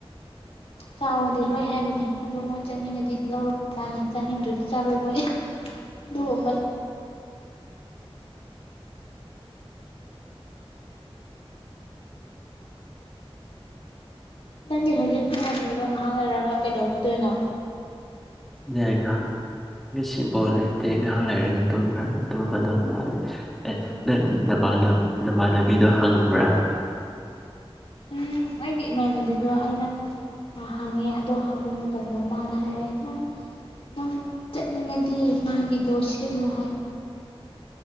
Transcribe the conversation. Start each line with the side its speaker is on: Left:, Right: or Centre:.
Left: ꯆꯥꯎꯔꯗꯤ ꯂꯣꯏ ꯍꯥꯏꯕꯅꯤ ꯑꯗꯣ ꯃꯣꯏ ꯆꯠꯅꯤꯡꯉꯗꯤ ꯂꯧꯔꯦ ꯆꯥꯅꯤ ꯆꯥꯅꯤꯡꯗ꯭ꯔꯗꯤ ꯆꯥꯔꯣꯏ ꯃꯣꯏꯅꯤ ꯑꯗꯨꯒꯒꯨꯝꯕꯅꯤ ꯅꯪꯗꯤ ꯍꯧꯖꯤꯛ ꯆꯨꯝꯃꯗꯣꯏꯔꯣ ꯉꯥꯏꯍꯥꯛ ꯂꯩꯔꯒ ꯀꯩꯗꯧꯁꯤꯗꯣꯏꯅꯣ
Centre: ꯑ ꯉꯍꯥꯛ ꯉꯁꯤꯐꯥꯎ ꯂꯩꯇꯦ ꯉꯥꯏꯍꯥꯛ ꯂꯩꯔꯒ ꯇꯨꯝꯈ꯭ꯔ ꯇꯨꯝꯕꯗꯧ ꯋꯥꯠꯂꯦ ꯑꯦꯁ ꯅꯪ ꯅꯥꯟ ꯅꯃꯥꯟꯅꯕꯤꯗꯣ ꯍꯪꯕ꯭ꯔꯥ
Left: ꯎ ꯍꯥꯏ ꯃꯥꯟꯅꯦꯗꯤ ꯑꯗꯣ ꯑꯩꯅ ꯍꯪꯉꯦ ꯑꯗꯣ ꯍꯪꯕ ꯃꯇꯝꯗ ꯃꯥꯅ ꯍꯥꯏꯌꯦ ꯅꯪ ꯅꯪ ꯆꯠꯅꯤꯡꯉꯗꯤ ꯃꯥꯒꯤꯗꯣ ꯁꯦꯠꯂꯣ ꯍꯥꯏ